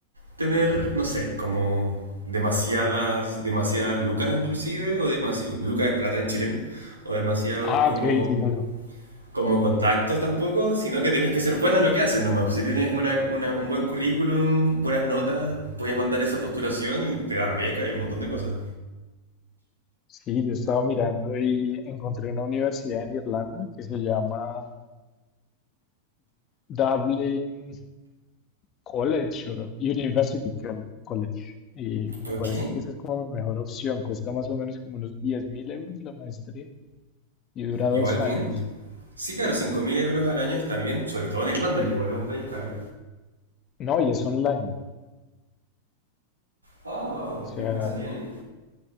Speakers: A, on the right (about 80°); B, on the left (about 30°).
A: tener, no sé, como demasiadas, demasiadas lucas inclusive, o demasi lucas es plata en chileno, o demasiados
B: Ah,
A: como,
B: ok, dinero.
A: como contactos tampoco, sino que tenés que ser buena en lo que haces nomás. Si tienes una, una- un buen currículum, buenas notas, puedes mandar esa postulación y te dan beca y un montón de cosas.
B: Sí, yo estaba mirando y encontré una universidad en Irlanda que se llama Dublin College o University Col- College. Y me
A: Ok,
B: parece que esa es como mi mejor opción. Cuesta más o menos como unos diez mil euros la maestría y dura dos
A: igual bien.
B: años.
A: Sí, claro, 5.000 euros al año está bien, sobre todo en Irlanda, que igual es un país caro.
B: No, y es online.
A: Wow, wow,
B: O sea,
A: ¿me escuchas bien?